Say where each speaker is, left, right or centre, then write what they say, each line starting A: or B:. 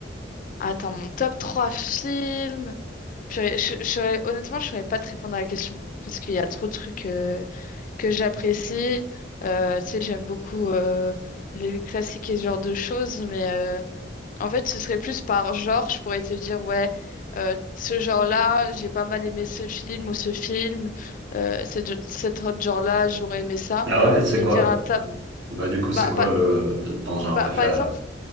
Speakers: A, on the left; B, on the right.
A: Attends, mon top 3 films. Purée, je, je saurais- honnêtement, je ne saurais pas te répondre à la question, parce qu'il y a trop de trucs euh, que j'apprécie. Euh, tu sais, j'aime beaucoup euh, les classiques et ce genre de choses, mais euh, En fait, ce serait plus par genre, je pourrais te dire, ouais, euh, ce genre-là, j'ai pas mal aimé ce film ou ce film, euh, cette- cet autre genre-là, j'aurais aimé ça.
B: Ah ouais, c'est
A: Mais
B: quoi?
A: dire un tas...
B: Bah, du coup, c'est
A: Bah,
B: quoi
A: pas-
B: le, ton genre
A: bah,
B: préféré
A: par exemple,
B: là?